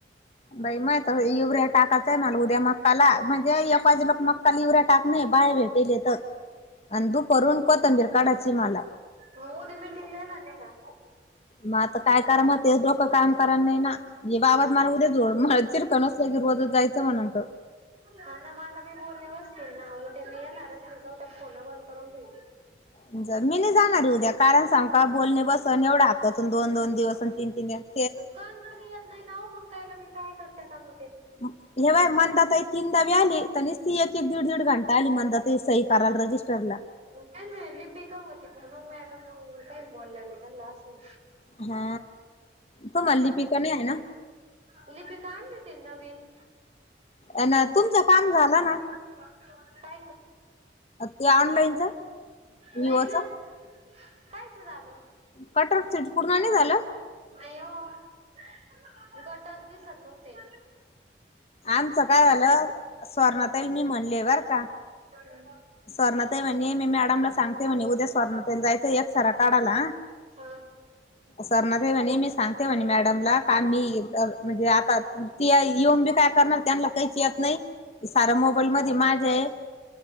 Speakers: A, on the left; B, on the right.
A: बाई मायत इवऱ्या टाकायचंय मला उद्या मक्काला म्हणजे एका जे लोक मक्काला येऊ राय टाक नाही बायां भेटेलेत आणि दुपारून कोतंबीर काढाची मला
B: म उदया मीटिंग ला येणार नाही का?
A: म आता काय करामांते डोकं काम करा नाय ना ये बाबा त मला उद्या जोड म चिरकण नसलं की रोजच जायचं म्हणत
B: हा ना मला बी बोलणे बसत ना उद्या मी येणार नाय जाऊद्या फोन बंद करून ठेवीण.
A: मी नय जाणार ये उद्या कारण सांगू कां बोलणे बसन एवढा हप्त्यातून दोन दोन दिवस आणि तीन तीन द
B: गणजाणी येत नाय ना ओ मंग काय लंगी की काय करताय काम
A: हे बाय मंदाताई तीनदाबी आली त नि ती एक एक दीड दीड घंटा आली मंदाताई सही कराला रजिस्टरला
B: का नाय लिपिका होती म्हणून मॅडम काही बोलल्या नाही त्यांना असय
A: हा तुम्हला लिपिका नाय हाय ना
B: लिपीका आणली होती नवीन
A: अनं तुमचं काम झालं ना
B: <inaudible>
A: ते ऑनलाइनच
B: नाही
A: विवच
B: ना कायच झाल
A: कटर चिडकुडून नाय नी झालं
B: नाही हो गटच दिसत नव्हते.
A: आमचं काय झालं स्वर्णा ताईला मी म्हणले बर का
B: <inaudible>
A: स्वर्णा ताई म्हणे मी मॅडमला सांगते म्हणे उद्या स्वर्णा ताईला जायचं एक्सरा काढाला
B: हा
A: सुवर्णाताई म्हणे मी सांगते म्हणे मॅडमला का मी म्हणजे आता ती येऊन बी काय करणार त्यांना काहीच येत नाही की सार मोबाईल मध्ये माझ्या य.